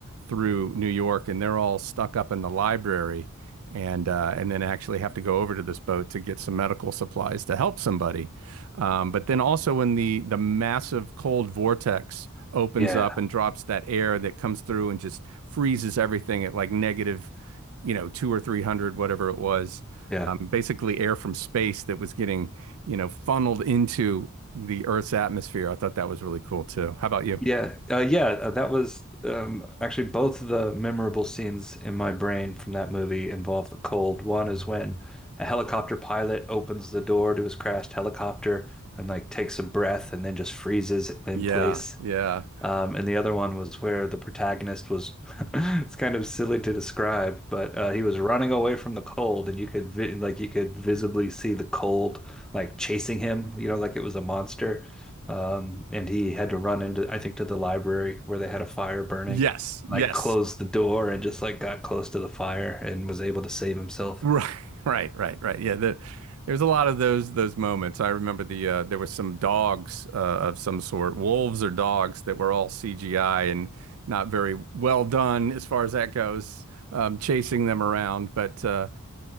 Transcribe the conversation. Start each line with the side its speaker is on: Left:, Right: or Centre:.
Right: through New York, and they're all stuck up in the library, and uh, and then actually have to go over to this boat to get some medical supplies to help somebody. Um, but then also when the the massive cold vortex opens
Centre: Yeah.
Right: up and drops that air that comes through and just freezes everything at like negative, you know, two or three hundred, whatever it was.
Centre: Yeah.
Right: Um, basically, air from space that was getting, you know, funneled into the Earth's atmosphere. I thought that was really cool too. How about you?
Centre: Yeah. Uh, yeah. Uh, that was um, actually both of the memorable scenes in my brain from that movie involve the cold. One is when a helicopter pilot opens the door to his crashed helicopter and like takes a breath and then just freezes in
Right: Yeah,
Centre: place.
Right: yeah. <laughs>
Centre: Um, and the other one was where the protagonist was, <laughs> it's kind of silly to describe, but uh, he was running away from the cold and you could vi like you could visibly see the cold like chasing him, you know, like it was a monster. Um, and he had to run into, I think, to the library where they had a fire burning,
Right: Yes,
Centre: like
Right: yes.
Centre: closed the door and just like got close to the fire and was able to save himself.
Right: Right, <laughs> right, right, right. Yeah, the, there's a lot of those those moments. I remember the uh, there was some dogs uh, of some sort, wolves or dogs that were all CGI and not very well done as far as that goes, um, chasing them around. But uh,